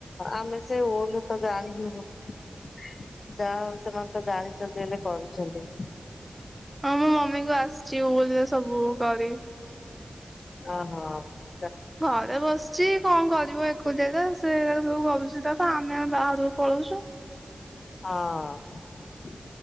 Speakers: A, on the left; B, on the right.
A: ଆମେ ସେ ହଲୁ ତ ଜାଣିନୁ ଯାହାଉ ସେମାନେ ତ ଜାଣିଛନ୍ତି ବୋଲିଲେ କରୁଛନ୍ତି
B: ହଁ ମ ମମି କୁ ଆସିଛିରେ ସବୁ କରି
A: ହ ହଁ।
B: ଘରେ ବସିଛି କଣ କର ଯ ଏକୁ ଯାଇ ସୋ ସବୁ ଗଲୁଛି, ତ ତ ଆମେ ବାହାରକୁ ପଳଉଛୁ।
A: ହଁ